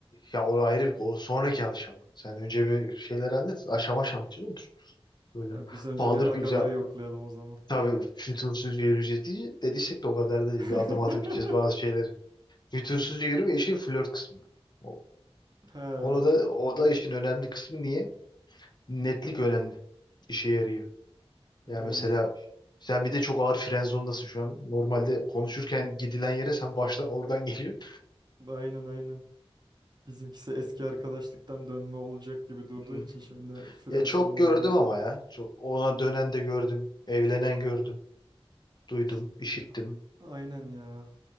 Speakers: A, on the left; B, on the right.
A: Ya o ayrı bir o sonraki aşama. Sen önce bir şeyler hallet. Aşama aşama gideceğiz olur. Böyle
B: E, Biz önce
A: paldır
B: bir
A: güzel.
B: agaları yoklayalım o zaman.
A: Tabii fütursuzca yürüyeceğiz diye dediysek de o kadar da değil.
B: <laughs>
A: Bir adım adım gideceğiz bazı şeyleri. Fütursuzca yürüme işin flört kısmı. O,
B: He,
A: onu da o da işin önemli kısmı niye? Netlik önemli. İşe yarıyor. Ya
B: yani
A: mesela sen bir de çok ağır fren zondasın şu an. Normalde konuşurken gidilen yere sen baştan oradan <laughs> geliyorsun.
B: aynen aynen. Bizimkisi eski arkadaşlıktan dönme olacak gibi durduğu
A: Hmm.
B: için şimdi friendzone
A: Ya çok
B: olayı
A: gördüm
B: da var.
A: ama ya. Çok ona dönen de gördüm. Evlenen gördüm. Duydum,
B: Cid-
A: işittim.
B: Aynen ya.